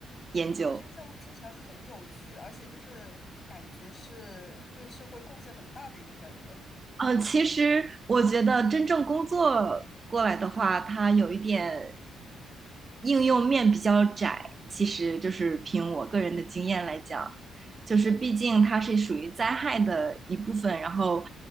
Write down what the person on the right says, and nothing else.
研究。
呃，其实我觉得真正工作过来的话，它有一点应用面比较窄。其实就是凭我个人的经验来讲，就是毕竟它是属于灾害的一部分，然后，